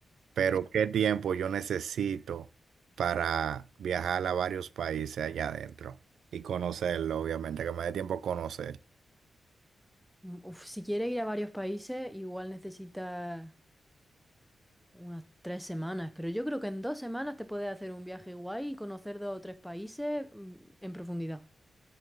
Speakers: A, on the right; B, in the centre.
A: pero qué tiempo yo necesito para viajar a varios países allá adentro y conocerlo, obviamente, que me dé tiempo a conocer?
B: Mm, uf, si quieres ir a varios países, igual necesitas Unas tres semanas, pero yo creo que en dos semanas te puedes hacer un viaje guay y conocer dos o tres países mm, en profundidad.